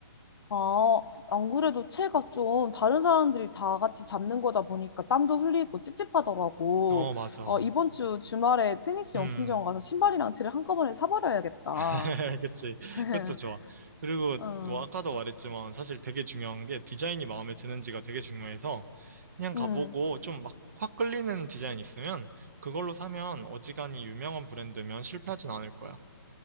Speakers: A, on the left; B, on the right.
A: 아, 안 그래도 채가 좀 다른 사람들이 다 같이 잡는 거다 보니까 땀도 흘리고 찝찝하더라고.
B: 어, 맞아.
A: 어, 이번 주 주말에 테니스
B: 음.
A: 용품점 가서 신발이랑 채를 한꺼번에 사버려야겠다.
B: <laughs> 그치.
A: <laughs>
B: 그것도 좋아. 그리고
A: 어,
B: 뭐 아까도 말했지만 사실 되게 중요한 게 디자인이 마음에 드는지가 되게 중요해서 그냥 가보고
A: 음,
B: 좀 막 확 끌리는 디자인 있으면 그걸로 사면 어지간히 유명한 브랜드면 실패하진 않을 거야.